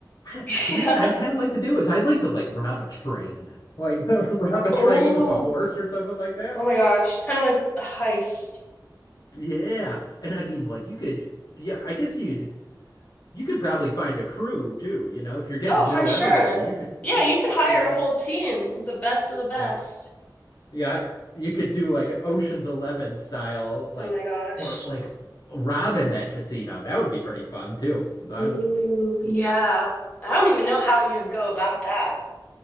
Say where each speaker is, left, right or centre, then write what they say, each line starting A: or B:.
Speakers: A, on the left (about 55°); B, on the left (about 20°).
A: I,
B: <laughs>
A: you
B: Yeah.
A: know what? I'd kind of like to do is I'd like to like rob a train, like <laughs> rob a
B: Oh.
A: train with a horse or something like that.
B: Oh my gosh. Kind of like a heist.
A: Yeah, and I mean, like you could. Yeah, I guess you'd. You could probably find a crew too. You know, if you're getting
B: Oh, for
A: to know
B: sure.
A: everybody, you could.
B: Yeah, you could hire
A: Yeah.
B: a whole team, the best of the best.
A: Yeah. Yeah. You could do like an Ocean's Eleven style, like
B: Oh my gosh.
A: or like robbing that casino. That would be pretty fun too. I've
B: Mm, yeah. I don't even know how you would go about that.